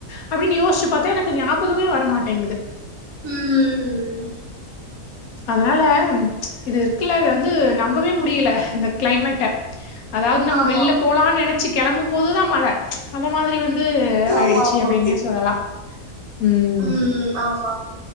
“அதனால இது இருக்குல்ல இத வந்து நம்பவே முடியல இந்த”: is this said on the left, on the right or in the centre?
Left